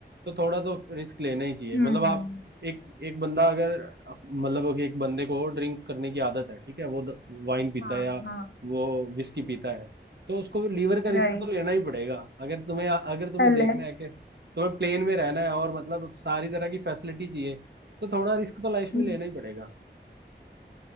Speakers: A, on the right; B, on the left.
A: तो थोड़ा तो रिस्क लेना ही चाहिए
B: हम्म
A: मतलब आप एक एक बंदा अगर मतलब अगर एक बंदे को ड्रिंक करने की आदत है ठीक है वो वाइन पीता
B: हाँ
A: है या
B: हाँ
A: वो विस्की पीता है तो उसको लीवर का रिस्क
B: राइट
A: तो लेना ही पड़ेगा अगर तुम्हें अगर तुम्हें
B: हम्म
A: देखना है कि तुम्हें प्लेन में रहना है और मतलब सारी तरह की फैसिलिटी चाहिए तो थोड़ा रिस्क तो लाइफ में
B: <laughs>
A: लेना ही पड़ेगा